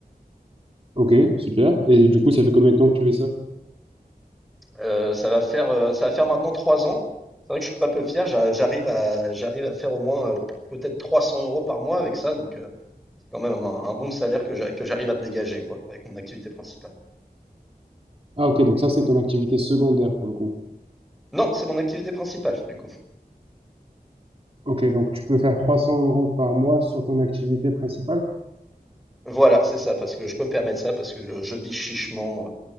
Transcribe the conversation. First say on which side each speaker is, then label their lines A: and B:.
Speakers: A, on the right (about 35°); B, in the centre.
A: Ok, super. Et du coup, ça fait combien de temps que tu fais ça?
B: Euh, ça va faire, euh, ça va faire maintenant trois ans. C'est vrai que je suis pas peu fier. j'a- J'arrive à, j'arrive à faire au moins euh, peut-être 300 euros par mois avec ça. Donc, euh, c'est quand même un, un bon salaire que j'a- que j'arrive à me dégager, quoi, avec mon activité principale.
A: Ah ok, donc ça, c'est ton activité secondaire pour le coup.
B: Non, c'est mon activité principale, du coup.
A: Ok, donc tu peux faire 300 euros par mois sur ton activité principale?
B: Voilà, c'est ça, parce que je peux me permettre ça, parce que je, je vis chichement. euh,